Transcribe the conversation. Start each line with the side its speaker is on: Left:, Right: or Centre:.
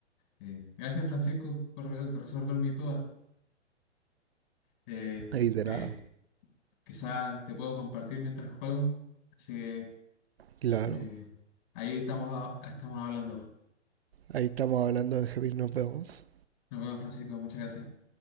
Left: Eh, gracias, Francisco, por, re- por resolver mis dudas. Eh,
Right: Ahí de
Left: eh,
Right: nada.
Left: quizás te puedo compartir mientras juego. Así que
Right: Claro.
Left: eh, ahí estamos, a- estamos hablando.
Right: Ahí estamos hablando, Benjamín. Nos vemos.
Left: Nos vemos, Francisco. Muchas gracias.